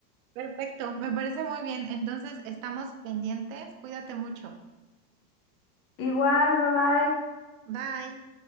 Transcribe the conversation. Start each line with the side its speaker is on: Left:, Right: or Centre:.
Right: Perfecto, me parece muy bien. Entonces, estamos pendientes, cuídate mucho.
Left: Igual, bye bye.
Right: Bye.